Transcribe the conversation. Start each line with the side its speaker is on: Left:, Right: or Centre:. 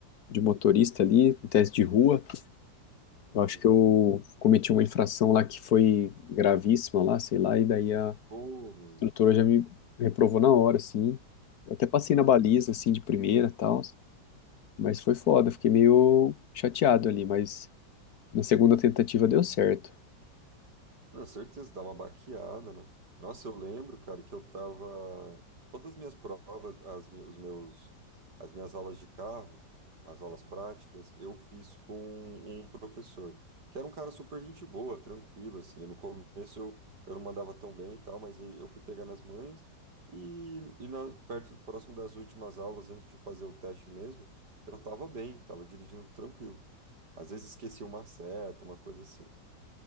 Left: de motorista ali, no teste de rua.
Right: Uhum.
Left: Eu acho que eu cometi uma infração lá que foi gravíssima lá, sei lá, e daí a A
Right: Pô, mano.
Left: instrutora já me reprovou na hora, assim. Eu até passei
Right: Aham.
Left: na baliza, assim, de primeira e tal. Mas foi foda, fiquei meio chateado ali. Mas na segunda tentativa deu certo.
Right: Na certeza, dá uma baqueada, né? Nossa, eu lembro, cara, que eu tava. Todas as minhas provas, as, mi- os meus, as minhas aulas de carro, as aulas práticas, eu fiz com um professor, que era um cara super gente boa, tranquilo, assim. No começo eu, eu não mandava tão bem e tal, mas ele- eu fui pegando as manhas. E, e na, perto, próximo das últimas aulas, antes de fazer o teste mesmo, eu tava bem, tava dirigindo tranquilo. Às vezes esquecia uma seta, uma coisa assim